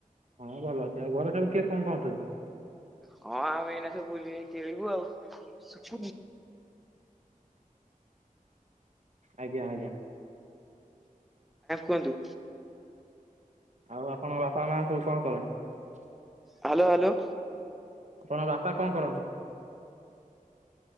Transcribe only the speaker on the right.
ହଁ ଭଲ ଅଛି ଆଉ ଘରେ ସବୁ କିଏ କଣ କହୁଛନ୍ତି?
ଆଜ୍ଞା ଆଜ୍ଞା
ଆଉ ଆପଣଙ୍କ ବାପା ମା ସବୁ କଣ କରନ୍ତି?
ଆପଣଙ୍କ ବାପା କଣ କରନ୍ତି?